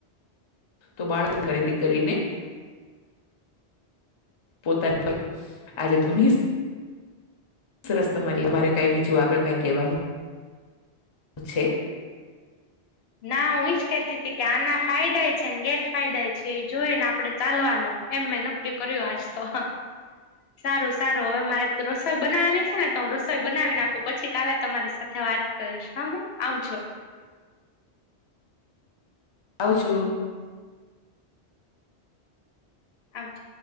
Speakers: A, on the left (about 40°); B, on the left (about 70°).
A: તો બાળક ખરીદી કરીને. પોતાની આજે ઘણી. સરસ તમારી મારે કઈ બીજું આગ કંઈ કહેવાનું. છે.
B: ના હું એજ કહેતી તી કે આના ફાયદા છે ને ગેરફાયદાય છે એ જોઈ ને આપડે ચાલવાનુ એમ મેં નક્કી કર્યું આજ તો. સારું સારું હવે મારે રસોઈ બનાવાની છે ને તો હું રસોઈ બનાવી નાખું પછી કાલે તમારી સાથે વાત કરીશ હવે આવજો.
A: આવજો
B: આવજો